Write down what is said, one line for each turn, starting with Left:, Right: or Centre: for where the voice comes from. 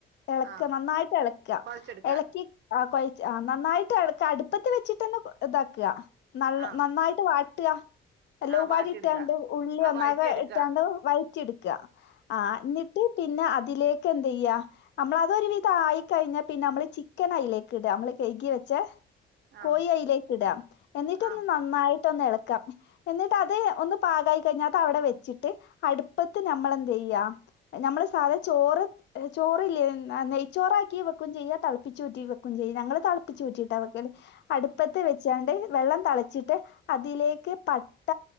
Left: ഇളക്ക
Right: ആഹ്
Left: നന്നായിട്ട് ഇളക്ക
Right: കൊഴച്ചെടുക്കാ
Left: ഇളക്കി ആഹ് കൊഴ ആ നന്നായിട്ട് ഇളക്ക അടുപ്പത്തി വെച്ചിട്ടെന്നെ ഇതാക്കുക
Right: ആഹ്
Left: നന്നായിട്ട് വാ ട്ട എല്ലുംപാടി
Right: ആഹ് വാട്ടിയെടുക്കാ
Left: ഇട്ടാണ്ട് ഉള്ളി
Right: ആഹ്
Left: ഒന്നാകെ
Right: വഴറ്റിയെടുക്കാ
Left: ഇട്ടാണ്ട് വയറ്റി എടുക്കുക ആഹ് എന്നിട്ട് പിന്നെ അതിലേക്ക് എന്ത് ചെയ്യ നമ്മള് അതൊരു വിധായി കഴിഞ്ഞാ പിന്നെ നമ്മള് ചിക്കൻ അയിലേക്ക് ഇടുക നമ്മള് കഴുകി വെച്ച
Right: ആഹ്
Left: കോഴി അയിലേക്ക് ഇടാ എന്നിട്ടൊന്ന്
Right: ആഹ്
Left: നന്നായി ട്ടൊന്നെളക്ക എന്നിട്ടത് ഒന്ന് പാകായി കഴിഞ്ഞാ അത് അവിടെ വെച്ചിട്ട് അടുപ്പത്ത് ഞമ്മളെ ചെയ്യാ നമ്മള് സാധ ചോറ് ചോറില്ലേ നെയ്ച്ചോറാക്കി വെക്കും ചെയ്യാ തിളപ്പിച്ചൂറ്റി വെക്കും ചെയ്യ ഞങ്ങള് തിളപ്പിച്ചൂറ്റിട്ട
Right: ഉം
Left: വെക്കല് അടുപ്പത്ത്
Right: ഉം
Left: വെച്ച് ച്ചാണ്ട് വെള്ളം തിളച്ചിട്ട് അതിലേക്ക് പട്ട,